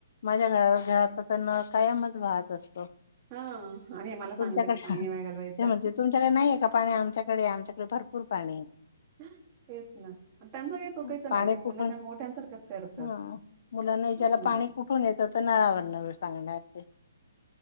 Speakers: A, on the left; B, on the right.
A: माझ्या घ घरात तर कायमच वाहत असतो
B: हा आणि हे मला सांगितलं
A: तुमच्याकडे
B: की पाणी नाही
A: ते
B: वाया घालवायचं
A: म्हणते तुमच्याकडे नाहीे का पाणी आमच्याकडे आमच्याक भरपूर पाणी आहे
B: तेच ना त्यांच काही चुकायचं
A: हं. पाणी
B: नाही ते
A: कुठून
B: मुलं काण मोठ्यांसारखंच करतात
A: ह मुलांना याच्याला
B: हम्म
A: पाणी कुठून येतं तर नळावर न सांगणार ते